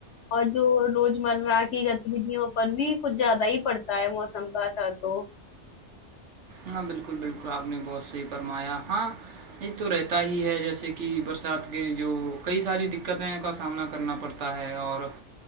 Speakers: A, on the left; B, on the right.
A: اور جو روز مرہ کی گتی وھیوں پر بھی کچھ زیادہ ہی پڑتا ہے موسم کا اثر تو
B: ہاں بالکل بالکل آپ نے بہت صحیح فرمایا ہاں یہ تو رہتا ہی ہے جیسے کہ برسات کے جو کئی ساری دقتیں کا سامنا کرنا پڑتا ہے اور